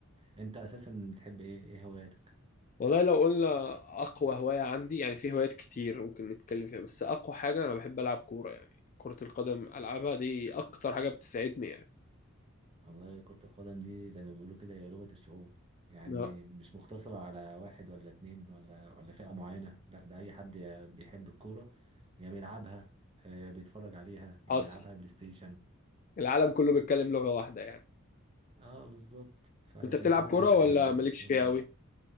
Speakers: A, on the right; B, on the left.
A: أنت أساسا بتحب إيه إيه هواياتك؟
B: والله لو قلنا أقوى هواية عندي يعني في هوايات كتير ممكن نتكلم فيها بس أقوى حاجة أنا بحب ألعب كورة يعني كرة القدم ألعبها دي أكتر حاجة بتسعدني يعني
A: والله كرة القدم دي زي ما بيقولوا كده هي لغة الشعوب يعني
B: لا،
A: مش مقتصرة على واحد ولا اتنين ولا ولا فئة معينة لا ده أي حد يا بيحب الكورة يا بيلعبها آه، يا بيتفرج عليها يا
B: حصل
A: بيلعبها بلاي ستيشن
B: العالم كله بيتكلم لغة واحدة يعني
A: اه بالظبط فعشان
B: أنت بتلعب
A: كده
B: كورة
A: يعني
B: ولا مالكش
A: أشهر
B: فيها أوي؟